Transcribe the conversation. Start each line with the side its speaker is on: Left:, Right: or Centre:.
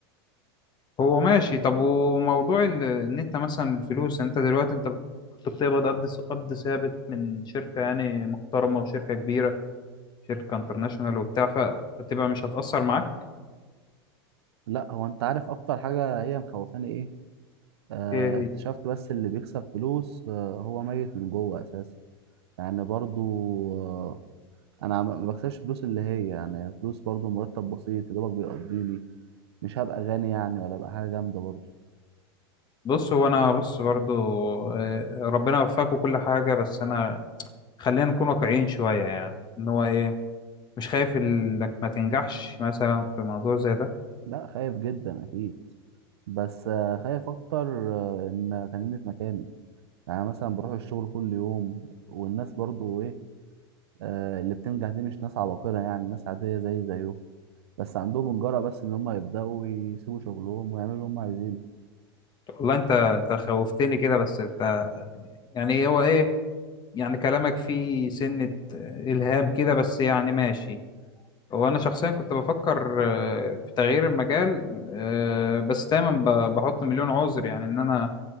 Left: هو ماشي طب وموضوع ال- ان انت مثلا الفلوس انت دلوقتي انت كنت بتقبض قبض س- قبض ثابت من شركة يعني محترمة وشركة كبيرة شركة انترناشونال وبتاع فتبقى مش هتأثر معاك
Right: لا هو انت عارف اكتر حاجه هي مخوفاني ايه آه
Left: ايه هي
Right: اكتشفت بس اللي بيكسب فلوس آه هو ميت من جوه اساسا يعني برضو آه، انا ما بكسبش فلوس اللي هي يعني فلوس برضو مرتب بسيط يا دوبك بيقضيني مش هبقى غني يعني ولا هبقى حاجه جامده برضو
Left: بص هو انا بص برضو آه، ربنا يوفقك وكل حاجة بس انا خلينا نكون واقعيين شوية يعني ان هو ايه مش خايف انك ما تنجحش مثلا في موضوع زي ده
Right: لا خايف جدا اكيد بس آه، خايف اكتر آه، ان تنيني في مكاني يعني مثلا بروح الشغل كل يوم والناس برضو ايه آه، اللي بتنجح دي مش ناس عباقرة يعني ناس عادية زي زيه بس عندهم الجرأة بس ان هم يبدأوا يسيبوا شغلهم ويعملوا اللي هم عايزينه
Left: والله انت انت خوفتني كده بس انت يعني هو ايه يعني كلامك فيه سنة إلهام كده بس يعني ماشي هو أنا شخصيا كنت بفكر آه، في تغيير المجال آه، بس دايما ب- بحط مليون عذر يعني إن أنا